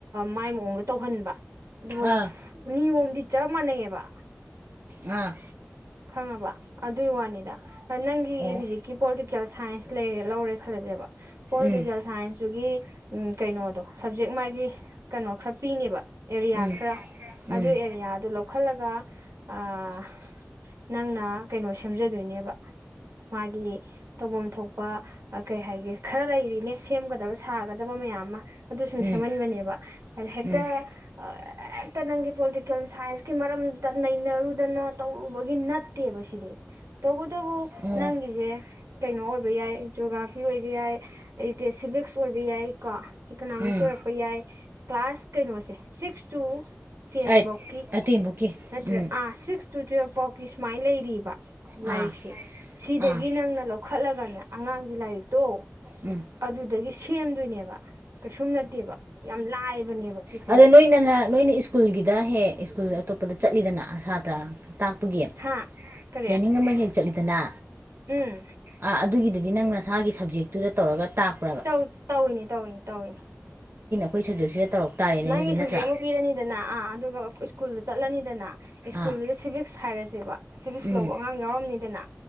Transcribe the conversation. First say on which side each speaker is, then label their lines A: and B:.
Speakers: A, on the right; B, on the right.
A: ꯃꯥꯏ ꯃꯑꯣꯡꯗ ꯇꯧꯍꯟꯕ꯫ <unintelligible>
B: ꯑꯥ
A: ꯅꯤꯌꫭꯝꯗꯤ ꯆꯞ ꯃꯅꯩꯌꯦꯕ꯫
B: ꯑ꯫
A: ꯈꯪꯉꯥꯕ? ꯑꯗꯨꯏ ꯋꯥꯅꯤꯗ ꯅꯪꯒꯤ
B: ꯑꯣ
A: ꯍꯨꯖꯤꯛꯀꯤ ꯄꯣꯜꯇꯤꯛ ꯀꯦꯜ ꯁꯥꯏꯟꯁ ꯂꯩꯔꯦ ꯂꯧꯔꯦ ꯈꯜꯂꯁꯦꯕ ꯄꯣꯜꯇꯤꯀꯦꯜ
B: ꯎꯝ
A: ꯁꯥꯏꯟꯁꯇꯨꯒꯤ ꯎꯝ ꯀꯩꯅꯣꯗꯣ ꯁꯞꯖꯦꯛ ꯃꯥꯒꯤ ꯀꯩꯅꯣ ꯈꯔ ꯄꯤꯅꯦꯕ꯫ ꯑꯦꯔꯤꯌꯥ
B: ꯎꯝ
A: ꯈꯔ
B: ꯎꯝ
A: ꯑꯗꯨ ꯑꯦꯔꯤꯌꯥꯗꯨ ꯂꯧꯈꯠ꯫ ꯈꯠꯂꯒ ꯑꯥ꯫ ꯅꯪꯅ ꯀꯩꯅꯣ ꯁꯦꯝꯖꯗꯣꯏꯅꯦꯕ ꯃꯥꯒꯤ ꯇꯧꯕꯝ ꯊꯣꯛꯄ ꯀꯩ ꯍꯥꯏꯒꯦ ꯈꯔ ꯂꯩꯔꯤꯅꯦ ꯁꯦꯝꯒꯗꯕ ꯁꯥꯒꯗꯕ ꯃꯌꯥꯝ ꯑꯃ꯫ ꯑꯗꯨ ꯁꯨꯝ
B: ꯎꯝ
A: ꯁꯦꯝꯃꯟꯕꯅꯦꯕ ꯍꯥꯏꯗꯤ ꯍꯦꯛꯇ꯫
B: ꯎꯝ
A: ꯑ <unintelligible> ꯇ ꯅꯪꯒꯤ ꯄꯣꯜꯇꯤꯀꯦꯜ ꯁꯥꯏꯟꯁꯀꯤ ꯃꯔꯝꯗ ꯅꯩꯅꯔꯨꯗꯅ ꯇꯧ꯫ ꯔꯨꯕꯒꯤ ꯅꯠꯇꯦꯕ ꯁꯤꯗꯤ ꯇꯕꯨ꯫ ꯇꯕꯨ
B: ꯑꯣ
A: ꯅꯪꯒꯤꯁꯦ ꯀꯩꯅꯣ ꯑꯣꯏꯕ꯫ ꯌꯥꯏ ꯖꯣꯒ꯭ꯔꯥꯐꯤ ꯑꯣꯏꯒꯦ ꯌꯥꯏ <unintelligible> ꯁꯤꯚꯤꯛꯁ ꯑꯣꯏꯕ ꯌꯥꯏ ꯀꯣ꯫ ꯏꯀꯣꯅꯣꯃꯤꯛꯁ
B: ꯎꯝ
A: ꯑꯣꯏꯔꯛꯄ ꯌꯥꯏ꯫ ꯀ꯭ꯂꯥꯁ ꯀꯩꯅꯣꯁꯦ ꯁꯤꯛꯁ ꯇꯨ꯫ ꯇꯦꯟꯕꯣꯛꯀꯤ
B: ꯑꯩꯠ ꯑꯇꯦꯡꯕꯨꯛꯀꯤ
A: ꯅꯠꯇ꯭ꯔꯦ
B: ꯎꯝ
A: ꯑ ꯁꯤꯛꯁ ꯇꯨ ꯇꯨꯋꯦꯜ꯫ ꯀꯤ ꯁꯨꯃꯥꯏꯅ ꯂꯩꯔꯤꯕ꯫
B: ꯑꯥ
A: ꯂꯥꯏꯔꯤꯛꯁꯦ ꯁꯤꯗꯒꯤ
B: ꯑꯥ
A: ꯅꯪꯅ ꯂꯧꯈꯠꯂꯒꯅꯦ꯫ ꯑꯉꯥꯡꯒꯤ ꯂꯥꯏꯔꯤꯛꯇꯣ
B: ꯎꯝ
A: ꯑꯗꯨꯗꯒꯤ꯫ ꯁꯦꯝꯗꯣꯏꯅꯦꯕ ꯀꯩꯁꯨꯝ ꯅꯠꯇꯦꯕ ꯌꯥꯝ ꯂꯥꯏꯕꯅꯦꯕ꯫ ꯁꯤ ꯄꯣꯠꯁꯤꯗꯤ
B: ꯑꯗ ꯅꯣꯏꯅꯅ ꯅꯣꯏꯅ ꯏꯁ꯭ꯀꯨꯜꯒꯤꯗ ꯍꯦꯛ ꯏꯁꯀꯨꯜ ꯑꯇꯣꯞꯄꯗ꯫ ꯆꯠꯂꯤꯗꯅ꯫ ꯁꯥꯇ꯭ꯔ ꯇꯥꯛꯄꯒꯤ
A: ꯍꯥ ꯀꯔꯤ
B: ꯇ꯭ꯔꯦꯅꯤꯡ ꯑꯃ ꯍꯦꯛ ꯆꯠꯂꯤꯗꯅ
A: ꯎꯝ
B: ꯑꯥ ꯑꯗꯨꯒꯤꯗꯨ꯫ <unintelligible> ꯅꯪ ꯅꯁꯥꯒꯤ ꯁꯕꯖꯦꯛꯇꯨꯗ ꯇꯧꯔꯒ꯫ ꯇꯥꯛꯄ꯭ꯔꯕ
A: ꯇꯧ ꯇꯧꯔꯤꯅꯤ ꯇꯧꯔꯤꯅꯤ ꯇꯧꯔꯤꯅꯤ꯫
B: ꯈꫭꯏ ꯁꯕꯖꯦꯛꯁꯤꯗ ꯇꯧꯔꯛ꯫ ꯇꯥꯔꯦꯅꯦ
A: ꯅꯪꯒꯤ
B: ꯑꯗꯨꯗꯤ
A: ꯁꯕꯖꯦꯛ
B: ꯅꯠꯇ꯭ꯔꯥ
A: ꯑꯃ ꯄꯤꯔꯅꯤꯗꯅ ꯑꯥ ꯑꯗꯨꯒ ꯏꯁ꯭ꯀꯨꯜꯗ ꯆꯠꯂꯅꯤꯗꯅ ꯏꯁ꯭ꯀꯨꯜꯗꯨꯗ
B: ꯑꯥ
A: ꯁꯤꯚꯤꯛꯁ꯫ ꯍꯥꯏꯔꯁꯦꯕ ꯁꯤꯚꯤꯛꯁ
B: ꯎꯝ
A: ꯂꯧꯕ ꯑꯉꯥꯡ ꯌꯥꯎꯔꯝꯅꯤꯗꯅ